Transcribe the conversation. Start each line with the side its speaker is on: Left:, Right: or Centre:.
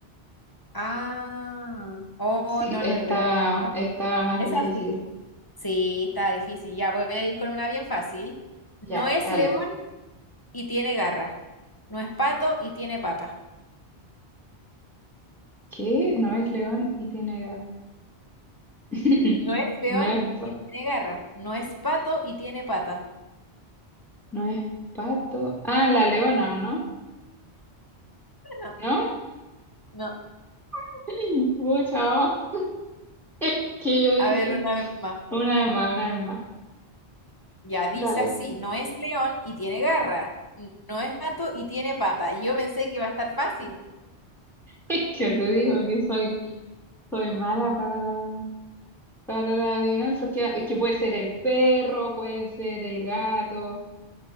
Left: Ah, oh,
Centre: Sí,
Left: no,
Centre: estaba,
Left: no lo hubiera achuntado.
Centre: estaba más
Left: Es
Centre: difícil.
Left: así. Sí, está difícil. Ya voy a ir con una bien fácil.
Centre: Ya,
Left: No es
Centre: dale.
Left: león y tiene garra. No es pato y tiene pata.
Centre: ¿Qué? No es león y tiene gato. <laughs>
Left: No es león
Centre: No es, pa-
Left: y tiene garra. No es pato y tiene pata.
Centre: no es pato. Ah, la leona, ¿o no?
Left: No,
Centre: ¿No?
Left: no.
Centre: <gasps> <laughs> Pucha, oh, <laughs> que yo dije.
Left: A ver, una vez más.
Centre: Una vez más, una vez más.
Left: Ya dice
Centre: Dale.
Left: así, no es león y tiene garra, n- no es gato y tiene pata. Y yo pensé que iba a estar fácil.
Centre: <laughs> ¿Qué te digo que soy Soy mala para la, para la adivinanza. Es que, es que puede ser el perro, puede ser el gato,